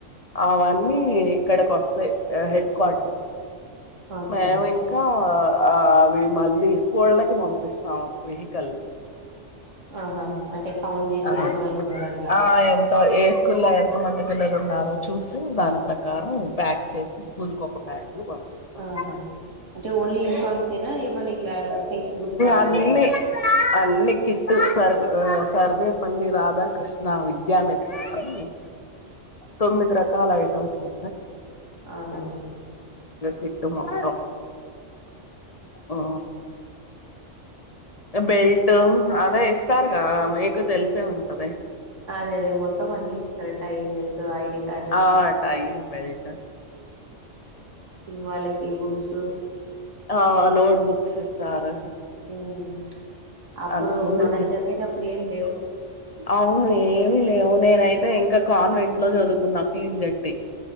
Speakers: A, on the left (about 35°); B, on the right (about 80°).
A: అవన్నీ ఇక్కడికి వస్తాయి హెడ్ క్వార్టర్కి
B: ఆ ఓకే
A: మేము ఇంకా ఆ అవి మళ్ళీ స్కూళ్ళకి పంపిస్తాం వెహికల్
B: ఆహా అంటే కౌంట్ చేసి
A: ఆ
B: ఎంతమంది ఉన్నారు అట్లా
A: ఆ ఎంత ఏ స్కూల్ <unintelligible> ఎంత మంది పిల్లలు ఉన్నారో చూసు దాని ప్రకారం ప్యాక్ చేసి స్కూల్కి ఒక బ్యాగ్ పంపిస్తాం
B: ఆహా అంటే ఓన్లీ యూనిఫామ్సేనా ఏమన్నా ఇట్లా టెక్స్ట్ బుక్స్ అవి
A: అన్నీ
B: కూడానా
A: అన్ని కిట్టు సర్వ్ సర్వేపల్లి రాధాకృష్ణ విద్యా మిత్ర అని తొమ్మిది రకాల ఐటమ్స్ ఆ
B: అవునవు
A: ట్టు మొత్తం ఆ బెల్టు అదె ఇస్తార్గా మె క్ తెలిసే ఉంటది
B: అదే అదే మొత్తం అన్నీ ఇస్తరు టై బెల్ట్ ఐడి కార్డు
A: ఆ టై బెల్ట్
B: ఇ వాళ్ళకి బుక్ క్సు
A: ఆ నోట్బుక్స్ ఇస్తారు
B: ఉమ్. అప్పుడు
A: అంతకు ముందు
B: మనం చదివేటప్పుడు ఏం లేవు
A: అవును ఏమి లేవు నెనైత్ అయితే ఇంకా కాన్వెంట్ లో చదువుకున్న ఫీజ్ గట్టి